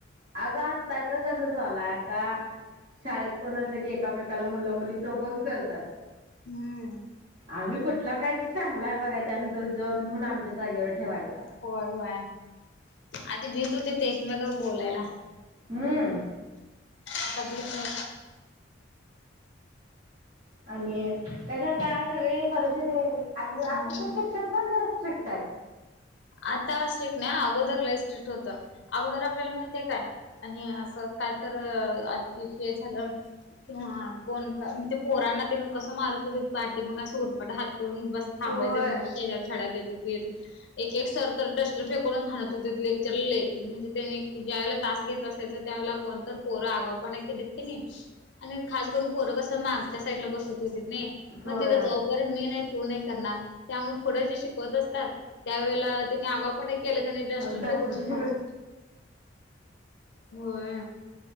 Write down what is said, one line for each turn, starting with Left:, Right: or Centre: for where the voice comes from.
Right: अगं आत्ताच कसं झालाय आता शाळेत कोण असले की एकामेकाला मुलं मुली प्रपोज करतात.
Left: हम्म.
Right: आम्ही कुठला बेंच चांगलाय बघाय त्यान त जाऊन घेऊन आमच्या जागेवर ठेवायच.
Left: होय होय आधी भीत होती येते एकमेक बोलायला.
Right: हम्म
Left: आता भीेत नाही.
Right: आणि त्याच्या आता सगळी परिस्थिती आणि
Left: हम्म
Right: आताच शिक्षक पण जरा स्ट्रिक्ट आहेत.
Left: आता स्ट्रिक्ट नाही अगोदरला स्ट्रिक्ट होतं अगोदर आपल्याला माहिती आहे काय? आणि असं काय तर हे झालं किंवा कोण का ते पोरांना तेन कसं मारत होतीत पाटी मगं उरपट हात करून बस थांबायचं
Right: होय.
Left: मग त्याच्यावर छडा देत होती. एक एक सर तर डस्टर फेकुणचं हणत होतीत लेक्चर ल ल म्हणजे त्याने ज्याय <unintelligible> ला तास घेत तय तर त्याला कोणत पोरा आगा पना केलीत की नाही आणि खास करून पोरं कसं मागच्या साईडला बसत होतित नाय
Right: होय
Left: मग तिथ जा उपर् मी नाही तू नाही करणार त्यामुळे पुडं जे शिकवत असतात त्यावेेळे तिने आगावपण केलं कन डस्टर
Right: दसवीला
Left: फेकून च मारत होतीत. होय.